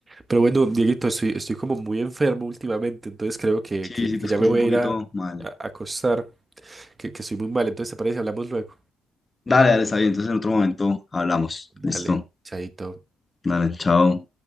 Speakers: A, on the right (about 25°); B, on the left (about 25°).
A: Pero bueno, Dieguito, estoy, estoy como muy enfermo últimamente, entonces creo que,
B: Sí,
A: que, que
B: sí, te escucho
A: ya me voy
B: un poquito
A: a ir a, a-
B: mal.
A: a acostar, que, que estoy muy mal. Entonces, ¿te parece? Hablamos luego.
B: Dale, dale, está bien. Entonces en otro momento hablamos.
A: Va. Dale,
B: Listo.
A: chaito.
B: Dale, chao.